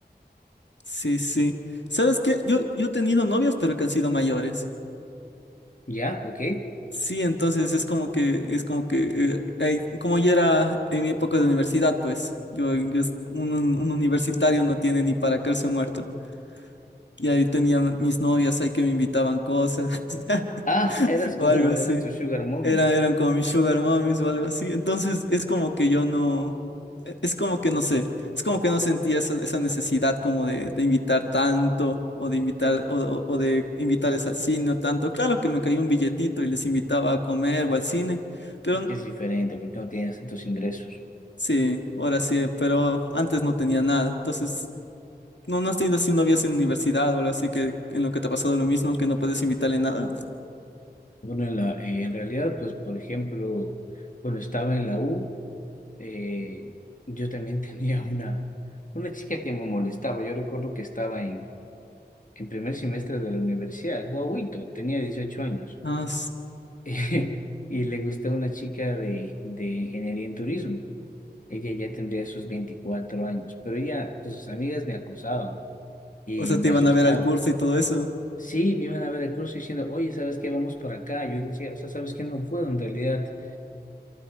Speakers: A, on the left (about 85°); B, on the left (about 45°).
A: Sí, sí. ¿Sabes qué? Yo, yo he tenido novias, pero que han sido mayores.
B: ¿Ya? ¿Ok?
A: Sí, entonces es como que, es como que, eh, ahí- como yo era en mi época de universidad, pues, yo, yo es- un, un un universitario no tiene ni para caerse muerto. Y ahí tenía mis novias ahí que me invitaban cosas <laughs>
B: Ah, <laughs> eras como,
A: o algo así.
B: eran tu sugar mommy.
A: Eran, eran como mis sugar mommies o algo así. Entonces es como que yo no, e- es como que no sé, es como que no sentía esa, esa necesidad como de, de invitar tanto o de invitar o, o- o de invitarles al cine o tanto. Claro que me caía un billetito y les invitaba a comer o al cine, pero
B: Es
A: n-
B: que es diferente porque no tienes tantos ingresos.
A: sí, ahora sí, pero antes no tenía nada. Entonces, ¿no, no has tenido así novias en universidad o algo así que en lo que te ha pasado lo mismo, que no puedes invitarle nada?
B: Bueno, en la, eh, en realidad, pues, por ejemplo, cuando estaba en la U, eh, yo también <laughs> tenía una, una chica que me molestaba. Yo recuerdo que estaba en, en primer semestre de la universidad, guauito, tenía 18 años.
A: Ah, s-
B: <laughs> y le gustaba una chica de, de ingeniería en turismo. Ella ya tendría sus 24 años, pero ella, pues sus amigas me acosaban y
A: o sea, te
B: me
A: iban
B: asustaban.
A: a ver al curso y todo eso.
B: Sí, me iban a ver el curso diciendo, oye, ¿sabes qué? Vamos para acá. Yo decía, o sea, ¿sabes qué? No puedo en realidad.